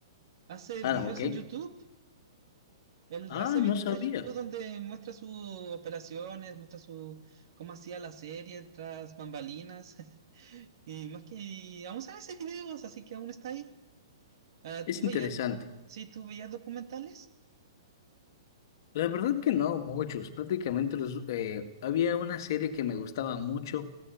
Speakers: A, on the right (about 55°); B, on the left (about 45°).
A: hace
B: Ah,
A: videos
B: ok.
A: en YouTube, él
B: Ah,
A: hace
B: no
A: videos
B: sabía.
A: de YouTube donde muestra sus operaciones, muestra su, cómo hacía la serie tras bambalinas. <laughs> Y más que y aún salen esos videos, así que aún está ahí. Ah,
B: Es
A: ¿tú veías,
B: interesante.
A: sí, tú veías documentales?
B: La verdad que no, muchos. Prácticamente los, eh, había una serie que me gustaba mucho